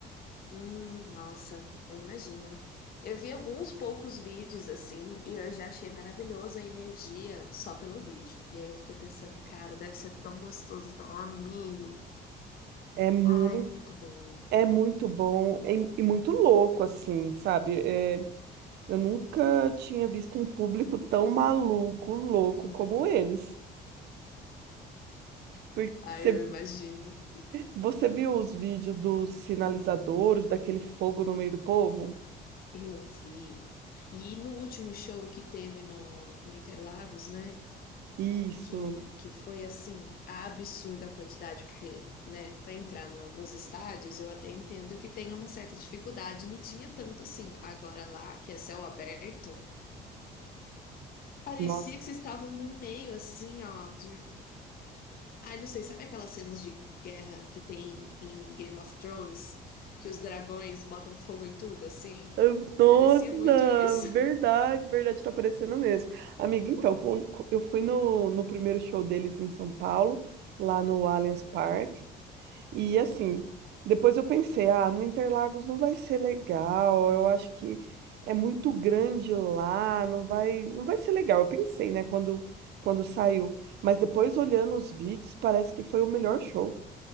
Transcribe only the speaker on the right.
É muito.
É muito bom é- e muito louco, assim, sabe? É, eu nunca tinha visto um público tão maluco, louco
como eles. Porque
Você,
você viu os vídeos dos sinalizadores, daquele fogo no meio do povo?
Isso,
nossa.
Eu- Nossa,
verdade, verdade, tá aparecendo mesmo. Amiga, então, com- com- eu fui no, no primeiro show deles em São Paulo, lá no Allianz Parque. E assim, depois eu pensei, ah, no Interlagos não vai ser legal, eu acho que é muito grande lá, não vai, não vai ser legal. Eu pensei, né, quando, quando saiu. Mas depois olhando os vídeos, parece que foi o melhor show.